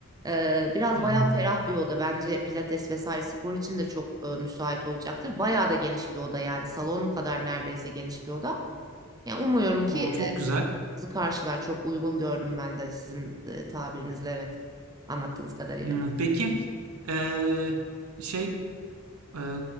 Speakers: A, on the right (about 15°); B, on the right (about 80°).
A: Ee, biraz
B: ha,
A: bayağı ferah bir oda. Bence pilates vesaire spor için de çok e, müsait olacaktır. Bayağı da geniş bir oda yani salon kadar neredeyse geniş bir oda. Yani umuyorum ki
B: o
A: e,
B: çok güzel.
A: bizi karşılar. Çok uygun gördüm ben de sizin e, tabirinizle evet anlattığınız kadarıyla.
B: Hmm, peki eee, şey eee,